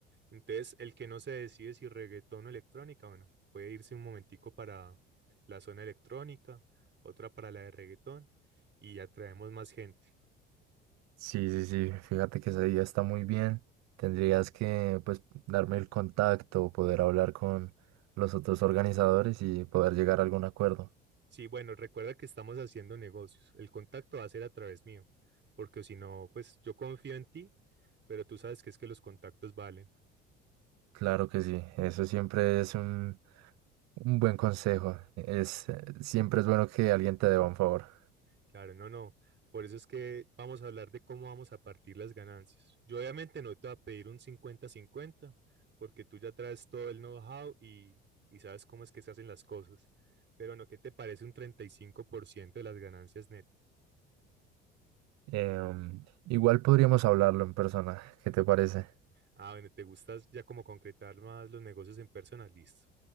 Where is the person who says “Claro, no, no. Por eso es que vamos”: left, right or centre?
Right